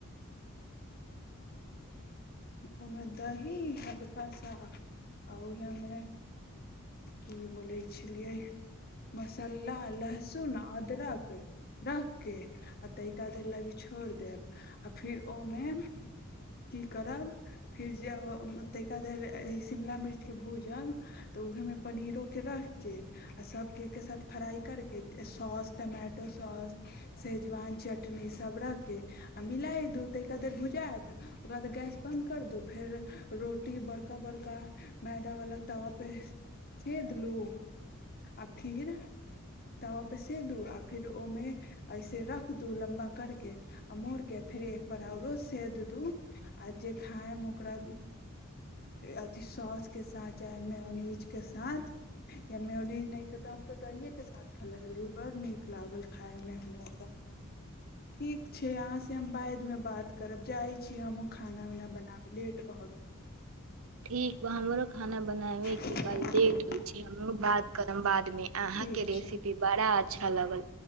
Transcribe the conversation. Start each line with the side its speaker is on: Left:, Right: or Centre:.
Left: ओमे दही हल्का सा आ ओहेमे की बोलै छलियै मसाला लहसुन अदरक रख के आ तरिका द लग छोड़ि देब आ फेर ओहिमे की करब फेर जेब तााादर शिमला मिर्चके भूजब तऽ उहमे पनीरोकेँ रखि कऽ आ सभके एकके साथ फ्राइ करि कऽ सॉस टमाटो सॉस सेजवान चटनीसभ रखि कऽ आ मििलै दू त एकदर भुजात ओकरा बाद गैस बन्द कर दू फेर रोटी बड़का बड़का मैदा वालला तावा पे सेे दलू आ फिर तवा पे सेे दू आ फिर ओहिमे ऐसे रख दू लम्बा करके आ मोड़ के फिर एक बार औरो से द दू आ जे खायायम ओकरा अथिी सौसके साथ चाहे मेोनीजके साथ या मेोनीज नहि ख तऽ हम तऽ दहिएके साथ अच बड़ नीक लागल खाय मे हमरा तऽ ठीक छै अहाँ से हम बाद मे बात करब जाइ छी हमहूँ खाना उना बनाबय लेट भऽ
Right: ठीक हमरो खाना बनाबे
Left: गेल
Right: के ब लेट होइ छै हम बात करब बाद मे अहा
Left: ठीक
Right: के रेसपी
Left: छै
Right: अच्छा लगल